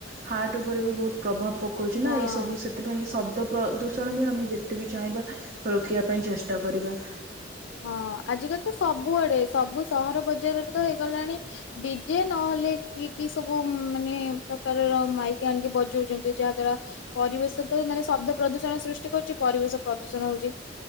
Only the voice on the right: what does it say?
ହାର୍ଟ ଉପରେ ବି ବହୁତ ପ୍ରଭାବ ପକଉଛି ନା
ଏଇ ସବୁ ସେ ସେଥିପାଇଁ ଶବ୍ଦ ପ୍ରଦୂଷଣ ବି ଆମେ ଯେତେ ବିି ଚାହିଁବା ରୋକିବା ପାଇଁ ଚେଷ୍ଟା କରିବା